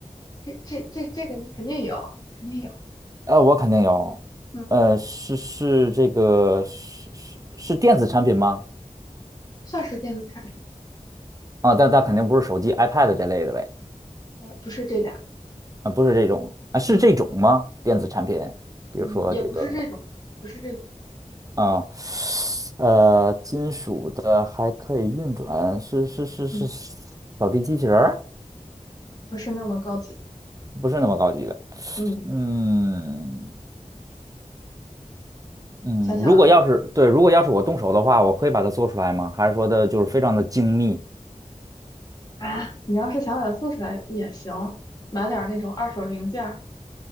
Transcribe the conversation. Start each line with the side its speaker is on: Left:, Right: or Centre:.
Left: 这这这这个你肯定有，肯定有，
Right: 呃，我肯定有，
Left: 嗯，
Right: 呃，是是这个是是是电子产品吗？
Left: 算是电子产品。
Right: 啊，但但肯定不是手机、iPad 这类的呗，
Left: 呃，不是这俩，
Right: 啊，不是这种啊，是这种吗？
Left: 嗯
Right: 电子产品，比如说这个。
Left: 嗯，也不是这种，不是这种，
Right: 啊，呃，金属的还可以运转，是是是是
Left: 嗯，
Right: 扫地机器人儿，
Left: 不是那么高级的，
Right: 不是那么高级的。
Left: 嗯，
Right: 嗯嗯，
Left: 想想啊
Right: 如果要是对，如果要是我动手的话，我可以把它做出来吗？还是说的就是非常的精密
Left: 啊，你要是想把它做出来也行，买点儿那种二手零件儿，